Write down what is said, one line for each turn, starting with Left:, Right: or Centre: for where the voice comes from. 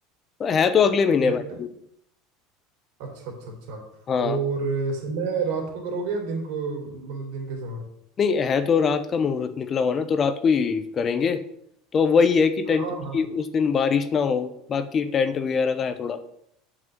Left: तो है तो अगले महीने
Right: सिलेक्ट
Left: भाई अभी
Right: अच्छा अच्छा अच्छा
Left: हाँ
Right: और समय रात को करोगे या दिन को मतलब दिन के समय
Left: नहीं है तो रात का मुहूर्त निकला हुआ ना तो रात को ही करेंगे तो वही है कि टेंशन
Right: हाँ हाँ
Left: की उस दिन बारिश ना हो बाकी टेंट वगैरह का है थोड़ा